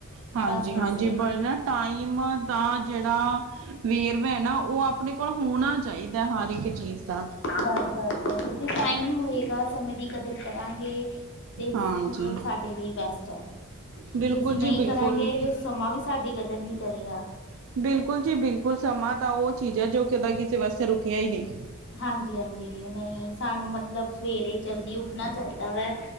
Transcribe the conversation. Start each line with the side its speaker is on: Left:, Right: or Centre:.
Right: ਹਾਂਜੀ,
Left: ਬਸ ਬਸ
Right: ਹਾਂਜੀ
Left: ਇਹੀ
Right: ਪਰ ਨਾ ਟਾਈਮ ਦਾ ਜਿਹੜਾ। ਵੇਰਵਾ ਹੈ ਨਾ ਉਹ ਆਪਣੇ ਕੋਲ ਹੋਣਾ ਚਾਹੀਦਾ ਹਰ ਇੱਕ ਚੀਜ਼ ਦਾ।
Left: ਬਸ ਬਸ ਕਿਉਂਕਿ ਟਾਈਮ ਹੋਏਗਾ ਸਮੇਂ ਦੀ ਕਦਰ ਕਰਾਂਗੇ ਤੇ
Right: ਹਾਂਜੀ
Left: ਮਤਲਬ ਸਾਡੇ। ਲਈ ਬੈਸਟ ਹੈ
Right: ਬਿਲਕੁਲ
Left: ਜੇ ਅਸੀਂ ਨਹੀਂ
Right: ਜੀ ਬਿਲਕੁਲ।
Left: ਕਰਾਂਗੇ ਜੋੇ ਸਮਾਂ ਵੀ ਸਾਡੀ ਕਦਰ ਨਹੀਂ ਕਰੇਗਾ।
Right: ਬਿਲਕੁਲ ਜੀ ਬਿਲਕੁਲ ਸਮਾਂ ਤਾਂ ਉਹ ਚੀਜ਼ ਹੈ ਜੋ ਕਦੀ ਕਿਸੇ ਵਾਸਤੇ ਰੁਕਿਆ ਹੀ ਨਹੀਂ।
Left: ਹਾਂਜੀ, ਹਾਂਜੀ ਨਹੀਂ ਸਾਨੂੰ ਮਤਲਬ। ਸਵੇਰੇ ਜਲਦੀ ਉੱਠਣਾ ਚਾਹੀਦਾ ਵੈ